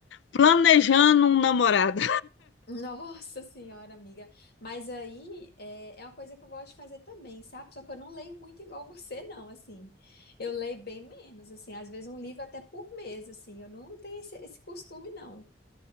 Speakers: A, on the left; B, on the left.
A: planejando um namorado.
B: <laughs> nossa senhora, amiga. Mas aí é, é uma coisa que eu gosto de fazer também, sabe? Só que eu não leio muito igual <laughs> você, não, assim. Eu leio bem menos, assim. Às vezes um livro até por mês, assim. Eu não tenho esse, esse costume, não.